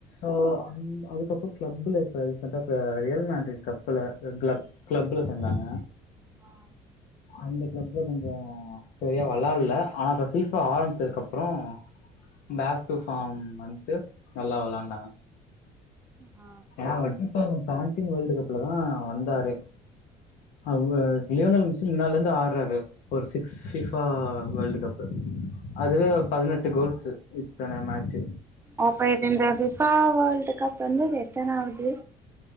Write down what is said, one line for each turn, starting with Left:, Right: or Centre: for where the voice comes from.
Left: ஓ அன் அதுக்கப்புறம கிளப்புல இப்ப ரீசென்ட்டா <unintelligible> கப்புல கிளப் கிளப்ல சேந்தாங்க
Right: ஆ
Left: அந்த கிளப்ல கொஞ்சம் சரியா வெளாடல ஆனா இப்ப சீச ஆரம்பிச்சதுக்குப்புறம் பேக் டூ ஃபாம் வந்த நல்லா விளாண்டாங்க
Right: ஆ ஓகே
Left: ஏன <unintelligible>
Right: ஓகே
Left: சாட்டிங் வேர்ல்டு கப்ல தான் வந்தாரு அவரு லியோனல் மிசன் முன்ல இருந்து ஆறாரு ஒரு சிக்ஸ் ஃபா வேர்ல்டு கப் அதுவே
Right: ஓகே.
Left: பதினெட்டு கோல்ஸ் இத்தனை மேச்சு
Right: ஓப்ப இந்த பிபா வர்ல்ட் கப் வந்துது எத்தன ஆவது